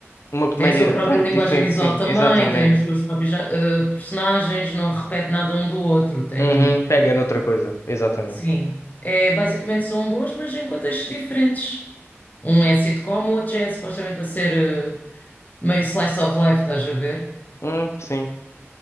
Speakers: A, on the left; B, on the left.
A: uma comédia.
B: Tem a sua própria
A: Pronto,
B: linguagem
A: diferente,
B: visual
A: sim,
B: também,
A: exatamente.
B: tem os seus próprios eh, personagens, não repete nada um do outro. Tem,
A: Uhum, pega noutra coisa, exatamente.
B: sim, é, basicamente são boas, mas em contextos diferentes. Um é sitcom, o outro já é supostamente para ser eh, meio slice of life, estás a ver?
A: Hum, sim.